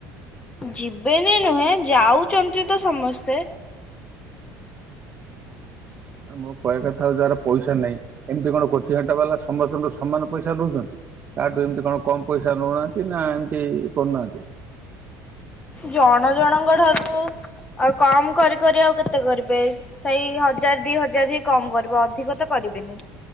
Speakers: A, on the left; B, on the right.
A: ଯିବେନି ନୁହେଁ ଯାଉଛନ୍ତି ତ ସମସ୍ତେ।
B: ନା ମୋ କହିବା କଥା ହୋଉଛି ଯାହାର ପଇସା ନାହିଁ ଏମିତି କଣ କୋଚି ହାଟ ବାଲା ସମସ୍ତଙ୍କର ସମାନ ପଇସା ନଉଛନ୍ତି କାହାଠୁ ଏମତି କଣ କମ ପଇସା ନଉନାହାନ୍ତି ନା ଏମିତି କରୁନାହାନ୍ତି।
A: ଜଣ ଜଣଙ୍କ ଠାରୁ କମ କରି କରି ଆଉ କେତେ କରିବେ ସେଇ ହଜାର ଦି ହଜାର ହିଁ କମ କରିବ ଅଧି ଅଧିକ ତ କରିବେନି।